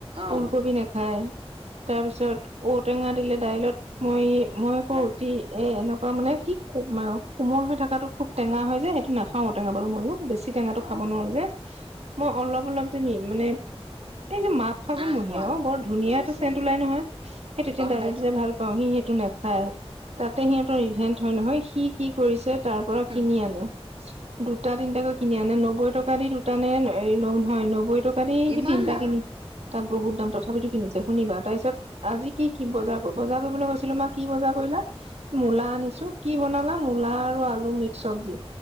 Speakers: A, on the right; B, on the right.
A: অ
B: ঊলকবি নাখায়, তাৰপিছত ঔটেঙা দিলে দাইলত মই মই আকৌ
A: নাখায়
B: অতি এ এনেকুৱা মানে কি কোমল হৈ থকাটো খুব টেঙা হয় যে সেইটো নাখাওঁ ঔটেঙা বাৰু মইও বেছি টেঙাটো খাব
A: অ
B: নোৱাৰো যে। মই অলপ অলপ যে মানে, এই যে মাঘ ফাগুন
A: আহ
B: মহীয়া,
A: হোৱা
B: অঁ বৰ ধুনীয়া
A: বুজিছো
B: এটা চেণ্ট ওলাই নহয়, সেই তেতিয়া
A: গম
B: দাইলত
A: পাইছো
B: দিলে ভাল পাওঁ সি সেইটো দিলে নাখায়। তাতে সিহঁতৰ ইভেন্ট হয় নহয়, সি কি কৰিছে তাৰ পৰা
A: হুম
B: কিনি আনে। দুটা তিনটাকৈ কিনি আনে নব্বৈ টকা দি দুটা নে নহয় নব্বৈ ট কা দি
A: ইমান
B: সেই তিনিটা
A: দাম
B: কিনি, তাত বহুত দাম তথাপিতো কিনিছে শুনিবা তাৰপিছত আজি কি কি বজাৰ বজাৰ কৰিবলৈ গৈছিলো মা কি বজাৰ কৰিলা? মূলা আনিছো কি বনালা আৰু আলু মিক্স চব্জি।